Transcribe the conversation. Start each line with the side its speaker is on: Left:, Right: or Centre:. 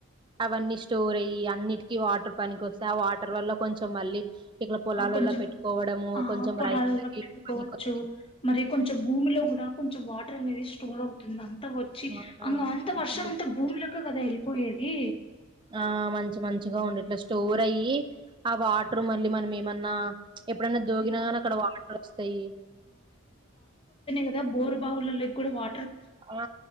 Right: వన్నీ స్టోర్ అయ్యి అన్నిటికి వాటర్ పనికి వస్తాయ్ ఆ వాటర్ వల్ల కొంచెం మళ్ళీ ఇట్లా పొలాలలో
Left: ఆ కొంచెం
Right: పెట్టుకోవడము,
Left: ఆ
Right: కొంచెం
Left: పొలాల్లో
Right: రైతులకి
Left: పెట్టుకోవచ్చు
Right: పనికొచ్చేది.
Left: మరీ కొంచెం భూమిలో కూడ కొంచెం వాట్ ర్ అనేది స్టోర్ ఉంటుంది అంత వచ్చి
Right: ఆ!
Left: అ వర్షం
Right: ఇప్పుడు
Left: అంత భూమి లోకి కదా ఎలిపోయేది
Right: ఆ మంచి మంచిగా ఉండిట్లా స్టోర్ అయ్యి ఆ వాటర్ మళ్ళీ మనం ఏమన్నా ప్చ్ ఎప్పుడన్న దోగినాగానీ
Left: ఏదానికి
Right: అక్కడ వాటర్ వస్తాయ్
Left: కదా బోరు బావుల లోకి కూడ వా
Right: ఆ